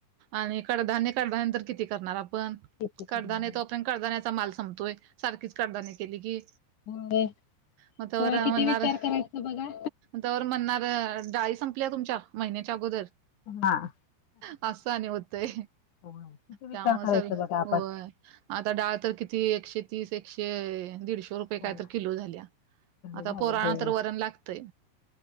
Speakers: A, on the right (about 75°); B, on the left (about 50°).
A: आणि कडधान्य कडधान्यंतर किती करणार आपण
B: किती करणार
A: कडधान नेतो
B: आहे
A: आप कदाण्याचा माल संमपतोय सारखीच कडदानी केली कि
B: होय
A: मग तर
B: तेव्हा किती
A: म्हणार
B: विचार करायचा बघा.
A: त्यावर म्हणणार डाळी संपल्या तुमच्या महिन्याच्या अगोदर
B: हा
A: असं आणि होतय
B: किती विचार
A: त्यामुळे
B: करायचा
A: सगळ
B: बघा आपण.
A: होय आता डाळ तर किती त एकशे तीस एकशे दीडशे रुपये काय
B: होय
A: तर किलो झाल्या आता
B: झालं
A: पोराणा
B: होय
A: तर वरण लागतय